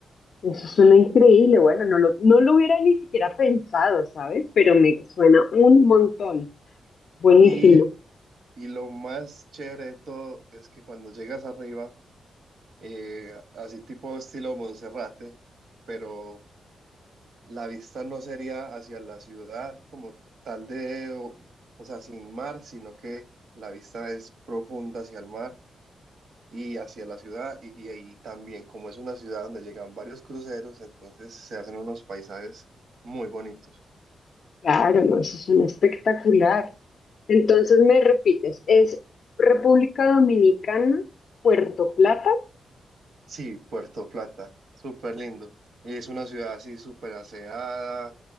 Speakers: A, on the left (about 55°); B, on the right (about 65°).
A: Eso suena increíble. Bueno, no lo, no lo hubiera ni siquiera pensado, ¿sabes? Pero me suena un montón. Buenísimo.
B: Y, y lo más chévere de todo es que cuando llegas arriba, eh, así tipo estilo Monserrate, pero la vista no sería hacia la ciudad como tal de, o, o sea, sin mar, sino que la vista es profunda hacia el mar y hacia la ciudad. Y, y ahí también, como es una ciudad donde llegan varios cruceros, entonces se hacen unos paisajes muy bonitos.
A: Claro, no, eso suena espectacular. Entonces me repites, es República Dominicana, Puerto Plata,
B: Sí, Puerto Plata, súper lindo. Y es una ciudad así súper aseada,